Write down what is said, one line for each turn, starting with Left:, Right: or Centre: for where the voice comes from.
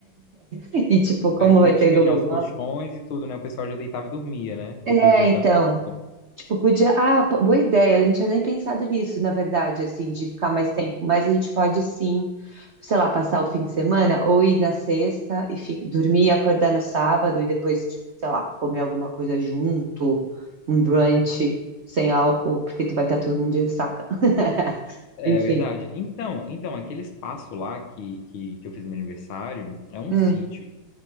Right: E tipo, como
Left: Aí já
Right: vai
Left: tinha
Right: ter Google
Left: já os
Right: Maps?
Left: colchões e tudo, né? O pessoal já deitava e dormia, né? Depois
Right: É,
Left: do-
Right: então,
Left: da festa.
Right: tipo, podia, ah, p- boa ideia, a gente tinha nem pensado nisso, na verdade, assim, de ficar mais tempo, mas a gente pode sim, sei lá, passar o fim de semana ou ir na sexta e fi- dormir e acordar no sábado e depois, tipo, sei lá, comer alguma coisa junto, um brunch sem álcool, porque tu vai estar todo mundo de ressaca. <laughs>
Left: É
Right: Enfim.
Left: verdade. Então, então aquele espaço lá que, que, que eu fiz meu aniversário é um
Right: Hum,
Left: sítio